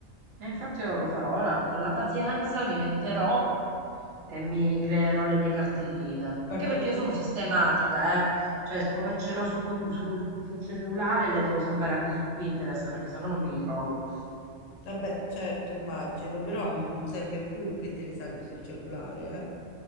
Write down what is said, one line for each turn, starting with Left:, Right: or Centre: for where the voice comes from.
Right: E infatti ora lo farò, ora con la pazienza mi metterò e mi creerò le mie cartelline. Anche
Left: Guarda,
Right: perché
Left: io-
Right: io sono sistematica, eh. Cioè, come ce l'ho su com- sul, sul cellulare, le devo salvare anche su Pinterest, perché sennò non mi ritrovo.
Left: vabbè, certo, immagino, però
Right: Mm,
Left: Non
Right: mm.
Left: serve più che te le salvi sul cellulare,